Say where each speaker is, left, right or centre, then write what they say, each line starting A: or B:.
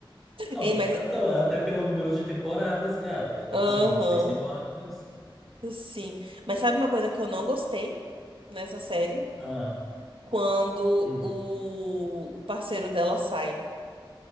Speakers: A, in the centre; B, on the right.
A: Não,
B: Hein, mas.
A: então, é até pelo número de temporadas, gata. Tipo
B: Aham,
A: assim, 26 temporadas.
B: sim. Mas sabe uma coisa que eu não gostei nessa série?
A: Ah,
B: Quando
A: hum.
B: o, o parceiro dela sai